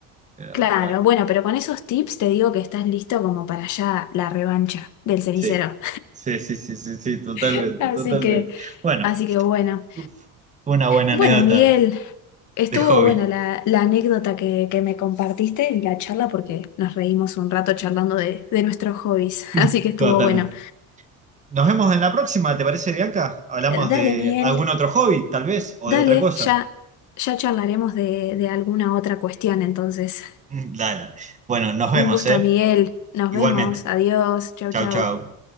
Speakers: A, on the right (about 20°); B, on the left (about 50°).
A: Pero
B: Claro,
A: bueno.
B: bueno, pero con esos tips te digo que estás listo como para ya la revancha del cenicero.
A: Sí, sí, sí, sí, sí, sí, totalmente,
B: <laughs> Así
A: totalmente.
B: que,
A: Bueno,
B: así que bueno.
A: fue una buena
B: Bueno,
A: anécdota
B: Miguel, estuvo
A: de hobby.
B: buena la, la anécdota que, que me compartiste y la charla porque nos reímos un rato charlando de, de nuestros hobbies,
A: <laughs>
B: <laughs> así que estuvo
A: Totalmente.
B: bueno.
A: Nos vemos en la próxima, ¿te parece, Bianca? Hablamos
B: Eh, Dale,
A: de
B: Miguel,
A: algún otro hobby, tal vez, o
B: dale,
A: de otra cosa.
B: ya, ya charlaremos de, de alguna otra cuestión entonces.
A: Mm, Dale. Bueno, nos vemos,
B: Un gusto,
A: ¿eh?
B: Miguel, nos
A: Igualmente.
B: vemos, adiós, chau,
A: Chau,
B: chau.
A: chau.